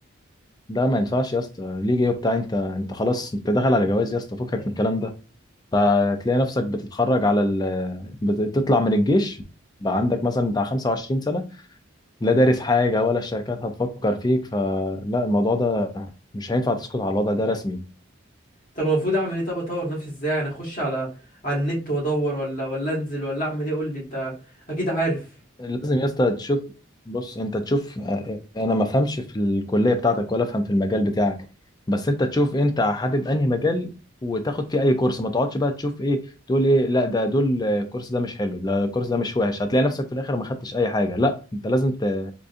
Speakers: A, on the left; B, on the left.
A: ده ما ينفعش يا اسطى ليج ايه وبتاع انت انت خلاص انت داخل على جواز يا اسطى فكك من الكلام ده فتلاقي نفسك بتتخرج على ال... بتطلع من الجيش بقى عندك مثلا بتاع 25 سنة لا دارس حاجة ولا الشركات هتفكر فيك فلا الموضوع ده مش هينفع تسكت على الوضع ده رسمي
B: طب المفروض اعمل ايه طب اطور نفسي ازاي يعني اخش على على النت وادور ولا ولا انزل ولا اعمل ايه قول لي انت اكيد عارف
A: لازم يا اسطى تشوف بص انت تشوف انا ما فهمش في الكليه بتاعتك ولا افهم في المجال بتاعك بس انت تشوف انت حابب انهي مجال وتاخد فيه اي كورس ما تقعدش بقى تشوف ايه تقول ايه لا ده دول الكورس ده مش حلو ده الكورس ده مش وحش هتلاقي نفسك في الاخر ما خدتش اي حاجه لا انت لازم ت...